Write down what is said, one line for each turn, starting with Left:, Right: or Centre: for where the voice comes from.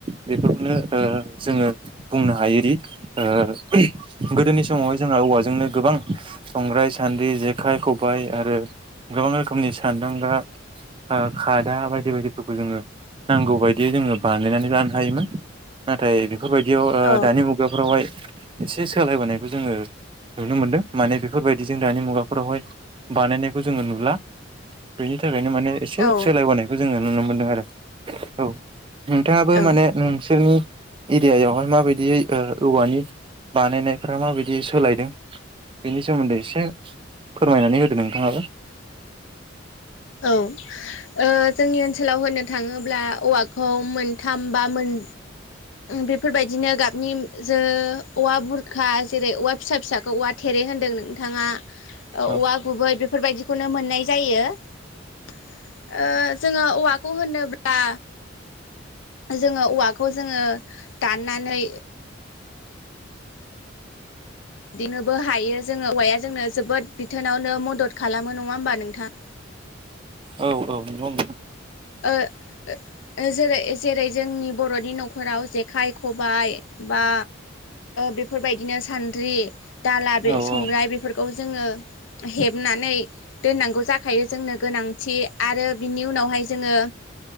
Right: बेफोरखौनो ओ जोङो बुंनो हायोदि ओ गोदोनि समावहाय जोंङो औवाजोंनो गोबां संग्राय, सान्द्रि, जेखाइ, खबाय, आरो गोबां रोखोमनि सान्दांगा, ओ खादा, बायदि बायदिफोरखौ जोङो नांगौ बायदियै जोङो बानायनानै लानो हायोमोन। नाथाय बेफोरबायदियाव ओ
Left: औ
Right: दानि मुगाफोरावहाय एसे सोलायबोनायखौ जोङो नुनो मोनदों माने बेफोरबायदिजों दानि मुगाफोरावहाय बानायनायखौ जोङो नुला बेनि थाख खायनो माने एसे
Left: औ
Right: सोलायबोनायखौ जोङो नुनो मोनदों आरो औ नोंथाङाबो
Left: औ
Right: माने नोंसोरनि एरियायावहाय माबायदि ओ औवानि बानायनायफोरा माबायदि सोलायदों बेनि सोमोन्दै एसे फोरमायनानै होदों नोंथाङाबो।
Left: औ ओे जोंनि ओनसोलाव होननो थाङोब्ला औवाखौ मोनथाम बा मोन बेफोरबायदिनो गाबनि जो औवा बुरखा जेरै औवा फिसा फिसाखौ औवा थेरे होनदों नोंथाङा औवा
Right: औ
Left: गुबै बेफोरबायदिखौनो मोननाय जायो। ओ जोङो औवाखौ होनोब्ला जोङो औवाखौ जोङो दाननानै बिदिनोबो हायो जोङो औवाया जोंनो जोबोद बिथोनावनो मदद खालामो नङा होमबा नोंथां?
Right: औ औ नोंगौ नोंथां।
Left: ओ ओ ओ जेरै-जेरै जोंनि बर'नि न'खराव जेखाइ खबाय बा बेफोरबायदिनो सान्द्रि दाला बे
Right: औ
Left: संग्राय
Right: औ।
Left: बेफोरखौ जोङो हेबनानै दोननांगौ जाखायो जोंनो गोनांथि आरो बिनि उनावहाय जोङो